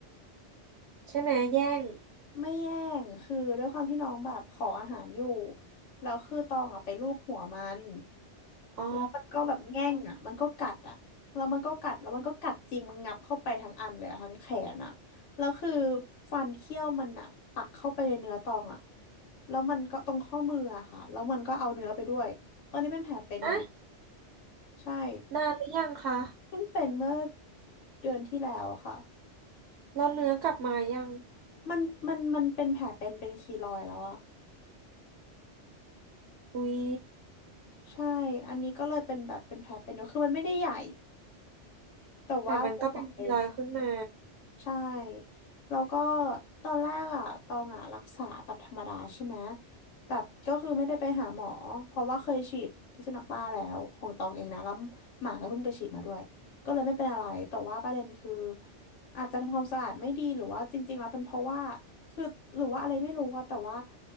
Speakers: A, on the right; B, on the left.
A: ใช่ไหมแย่ง
B: ไม่แย่งคือด้วยความที่น้องแบบขออาหารอยู่แล้วคือตองอ่ะไปลูบหัวมัน
A: อ๋อ
B: แล้วมันก็แบบแง่งอ่ะมันก็กัดอ่ะแล้วมันก็กัดแล้วมันก็กัดจริง มันงับเข้าไปทั้งอันเลยอ่ะทั้งแขนอ่ะแล้วคือฟันเขี้ยวมันอ่ะปักเข้าไปในเนื้อตองอ่ะแล้วมันก็ตรงข้อมืออะค่ะแล้วมันก็เอาเนื้อไปด้วย ตอนนี้เป็นแผลเป็นอยู่เนี่ย
A: อะ
B: ใช่
A: นานหรือยังคะ
B: เพิ่งเป็นเมื่อเดือนที่แล้วอะค่ะ
A: แล้วเนื้อกลับมายัง
B: มันมันมันเป็นแผลเป็นเป็นคีลอยด์แล้วอ่ะ
A: อุ๊ย
B: ใช่ อันนี้ก็เลยเป็นแบบเป็นแผลเป็นอยู่คือมันไม่ได้ใหญ่ แต่ว่ามันเป็นแผลเป็น
A: แต่มันก็เป็นกีรอยด์ขึ้นมา
B: ใช่แล้วก็ตอนแรกอ่ะตองอ่ะรักษาแบบธรรมดาใช่ไหมแบบก็คือไม่ได้ไปหาหมอเพราะว่าเคยฉีดพิษสุนัขบ้าแล้วของตองเองนะแล้วหมาก็เพิ่งไปฉีดมาด้วยก็เลยไม่เป็นอะไรแต่ว่าประเด็นคืออาจจะทำความสะอาดไม่ดีหรือว่าจริงๆแล้วเป็นเพราะว่าคือหรือว่าอะไรไม่รู้อะแต่ว่า